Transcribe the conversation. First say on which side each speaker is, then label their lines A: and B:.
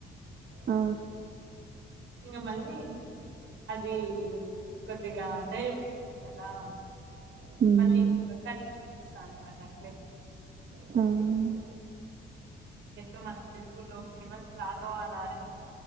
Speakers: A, on the right; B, on the right.
A: ఆ
B: ఇంగ మళ్ళీ అది కొద్దిగా ధైర్యం వస్తుంది కదా
A: హ్మ్.
B: మళ్ళీ ఇంక క సన్ మనకట్లే
A: హ్మ్
B: ఇప్పుడు మన తెలుగులో ఫేమస్ రాఘవ లారెన్స్